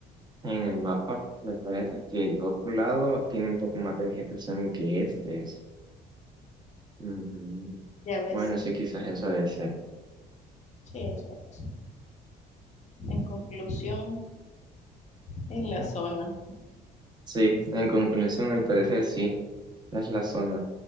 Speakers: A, on the right (about 25°); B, on the left (about 40°).
A: en el mapa me parece que el otro lado tiene un poco más de vegetación que este es. Ujú.
B: Ya ves,
A: Bueno, sí, quizás eso debe ser. <laughs>
B: sí, eso es. En conclusión, en
A: Ujú.
B: la zona.
A: Sí, en conclusión, al parecer sí, es la zona.